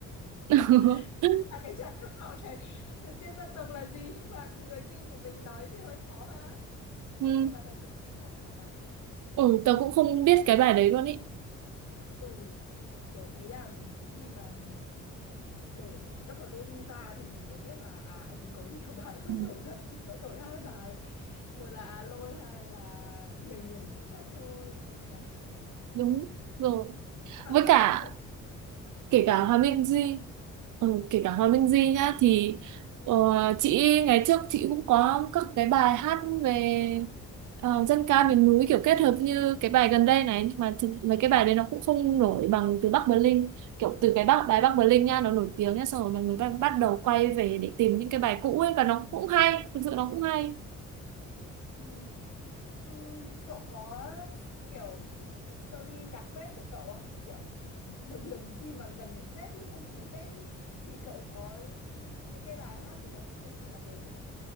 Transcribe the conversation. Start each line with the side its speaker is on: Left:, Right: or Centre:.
Right: <laughs>
Left: <laughs> là cái chài điếc nọ này tên dân tộc là gì nhưng mà người Kinh của mình nói thì hơi khó ha
Right: ừ,
Left: nhưng mà thật sự là cũng không nổi lắm nhỉ?
Right: ừ tớ cũng không biết cái bài đấy luôn ý
Left: ừ kiểu ý là khi mà mở double TOTY ra thì mình mới biết là à anh ấy có nhiều <laughs> bài không
Right: Ừ.
Left: nổi thật chỉ có nổi hai bài một là à lôi hai là người miền núi chất thôi nhỉ
Right: đúng rồi
Left: cậu
Right: với
Left: gần
Right: cả
Left: đây cậu
Right: kể
Left: ừ
Right: cả Hòa
Left: cậu nói
Right: Minh Di ừ, kể cả Hòa Minh Di nhá thì ờ, chị ngày trước chị cũng có các cái bài hát về ờ, dân ca miền núi kiểu kết hợp như cái bài gần đây này nhưng mà thực, mấy cái bài đấy nó cũng không nổi bằng từ Bắc Berlin kiểu từ cái Bắc đài Bắc Berlin nha nó nổi tiếng nhá xong rồi mọi người bắt bắt đầu quay về để tìm những cái bài cũ ấy và nó cũng hay thực sự nó cũng hay
Left: ừ. Ừm, cậu có kiểu series nhạc Tết của cậu không? Kiểu thường thường khi mà gần đến Tết ý, không khí Tết ý, thì cậu có những cái bài hát gì không? Chia sẻ cho tớ với.